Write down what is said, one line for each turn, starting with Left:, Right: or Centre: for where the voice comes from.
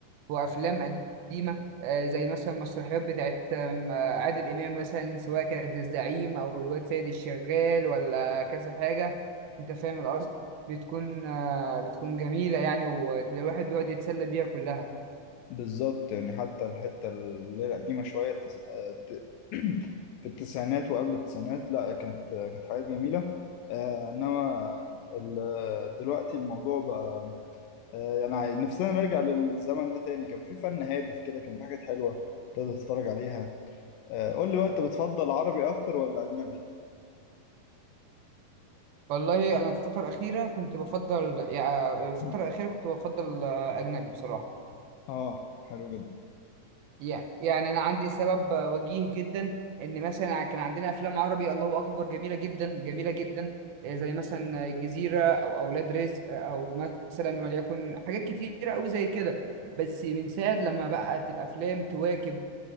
Right: وافلام قديمة آه زي مثلا مسرحيات بتاعت آم، آه، عادل امام مثلا سواء كانت الزعيم او الواد سيد الشغال ولا كذا حاجة انت فاهم القصد بتكون آه بتكون جميلة يعني والواحد بيقعد يتسلى بيها كلها
Left: بالظبط يعني حتى الحتة اللي هي القديمة شوية التس... آه، ت- <clears throat> في التسعينات وقبل التسعينات لا كانت كانت حاجات جميلة آه، إنما ال- دلوقتي الموضوع بقى آه، يعني عاي- نفسنا نرجع للزمن ده تاني كان في فن هادف كده كان في حاجات حلوة تقدر تتفرج عليها آه، قول لي بقى أنت بتفضل عربي أكتر ولا أجنبي؟
Right: والله انا الفترة الأخيرة كنت بفضل يعني الفترة
Left: <clears throat>
Right: الأخيرة كنت بفضل آه، أجنبي بصراحة
Left: آه حلو جدا
Right: يع- يعني انا عندي سبب وجيه جدا ان مثلا كان عندنا افلام عربي الله اكبر جميله جدا جميله جدا آه، زي مثلا الجزيره او اولاد رزق آه، او مثلا وليكن حاجات كتيره قوي زي كده بس من ساعه لما بقت الافلام تواكب